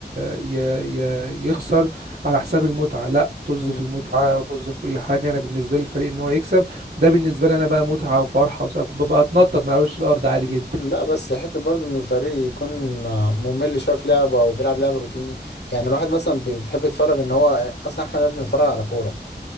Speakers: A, on the right; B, on the left.
A: ي... ي... يخسر على حساب المتعة لا طز
B: مم.
A: في المتعة وطز في كل حاجة انا بالنسبة لي الفريق ان هو يكسب ده بالنسبة لي انا بقى متعة وفرحة وسبب ببقى اتنطط ما اقولش الارض عادي
B: ل-
A: جدا
B: لا بس حتة برضه إن الفريق يكون ممل شوية في لعبه أو بيلعب لعب روتيني يعني الواحد مثلا بيحب يتفرج إن هو أصلا إحنا لا بنتفرج على كورة